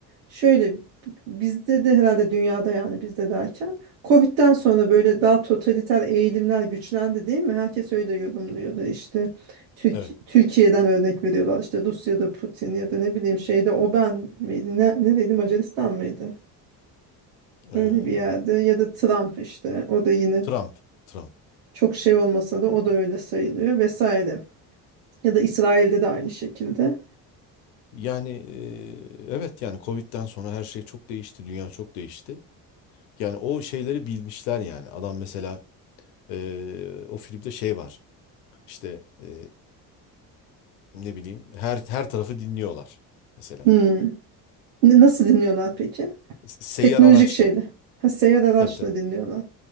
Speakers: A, on the right; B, on the left.
A: Şöyle bizde de herhalde dünyada yani bizde derken Covid'den sonra böyle daha totaliter eğilimler güçlendi değil mi? Herkes öyle yorumluyordu işte Türk,
B: Evet.
A: Türkiye'den örnek veriyorlar işte Rusya'da Putin ya da ne bileyim şeyde Oban miydi ne, nereydi Macaristan mıydı?
B: E,
A: Öyle bir yerde ya da Trump işte o da yine
B: Trump, Trump.
A: çok şey olmasa da o da öyle sayılıyor vesaire. Ya da İsrail'de de aynı şekilde.
B: Yani e, evet yani Covid'den sonra her şey çok değişti. Dünya çok değişti. Yani o şeyleri bilmişler yani. Adam mesela e, o filmde şey var. İşte e, ne bileyim her her tarafı dinliyorlar mesela.
A: Hmm. N- Nasıl dinliyorlar peki?
B: S- Seyyar
A: Teknolojik
B: araçla.
A: şeyle. Ha, seyyar araçla
B: Tabii tabii.
A: dinliyorlar.